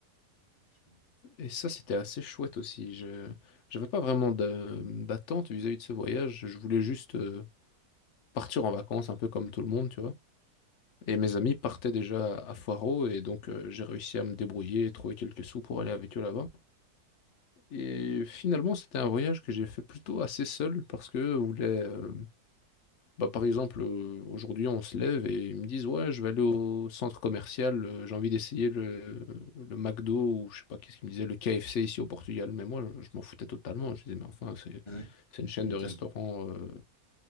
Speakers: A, on the left (about 25°); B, on the left (about 65°).
A: D'accord, je connais pas.
B: Et ça, c'était assez chouette aussi. Je j'avais pas vraiment d'a- d'attente vis-à-vis de ce voyage. Je voulais juste... euh, partir en vacances un peu comme tout le monde, tu vois. Et mes amis partaient déjà à Faro et donc euh, j'ai réussi à me débrouiller et trouver quelques sous pour aller avec eux là-bas. Et finalement, c'était un voyage que j'ai fait plutôt assez seul parce que voulait euh, bah, par exemple, euh, aujourd'hui, on se lève et ils me disent, ouais, je vais aller au centre commercial, euh, j'ai envie d'essayer le, le McDo ou je sais pas qu'est-ce qu'ils me disaient, le KFC ici au Portugal. Mais moi, je, je m'en foutais totalement. Je disais, mais enfin, c'est,
A: Ah ouais,
B: c'est une chaîne
A: tu m'étonnes.
B: de restaurants. euh,